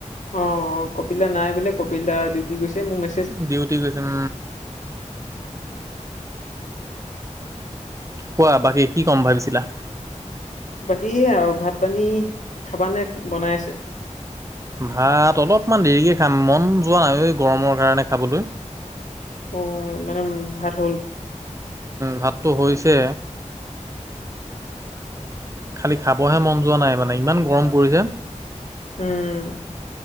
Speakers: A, on the left; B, on the right.
A: অ', অ', কপিলা নাই বোলে কপিল দা ডিউটি গৈছে মোক মে
B: ডিউটি গৈছে উম। কোৱা বাকী কি ক'ম ভাবিছিলা?
A: বাকী সে আৰু ভাত, পানী খাবা নে বনাই আছে।
B: ভাত অলপমান দেৰিকৈ খাম মন যোৱা নাই এই গৰমৰ কাৰণে খাবলৈ।
A: অ, মানে ভাল হ'ল।
B: ভাতটো হৈছে। খালি খাবহে মন যোৱা নাই মানে ইমান গৰম পৰিছে।
A: উম,